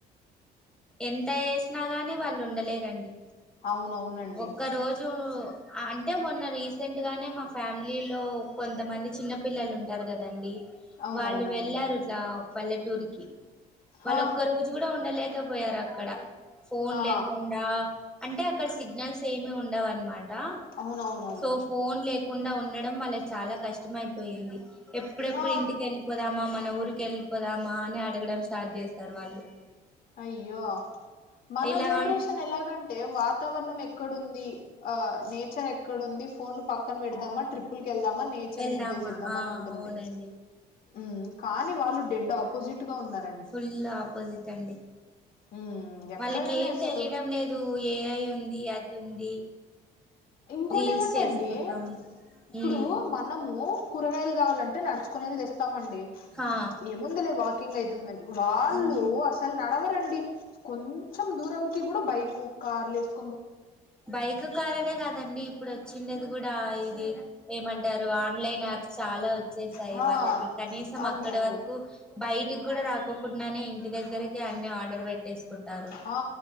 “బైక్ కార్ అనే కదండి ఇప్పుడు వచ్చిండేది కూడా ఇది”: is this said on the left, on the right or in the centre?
Centre